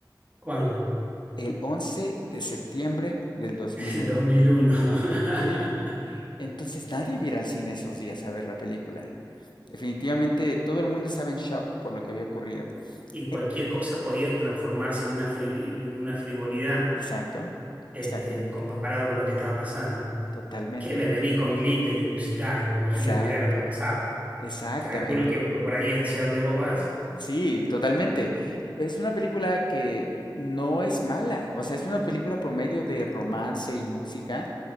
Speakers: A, on the right (about 20°); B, on the left (about 65°).
A: ¿Cuándo?
B: El 11 de septiembre del dos
A: <laughs>
B: mil
A: El
B: uno.
A: dos mil uno <laughs>
B: Sí. Entonces nadie iba a ir al cine esos días a ver la película. Definitivamente todo el mundo estaba en shock por lo que había ocurrido.
A: Y cualquier
B: Eh,
A: cosa podía transformarse en una, fri- en una frivolidad
B: exacto,
A: este,
B: exactamente,
A: comparado con lo que estaba pasando.
B: totalmente,
A: Que me venís con glitter y musical, me imagino,
B: exacto,
A: mirá lo que ha pasado.
B: exactamente.
A: Calculo que por ahí es hacia donde vos vas.
B: Sí, totalmente. Es una película que no es mala, o sea, es una película promedio de romance y música,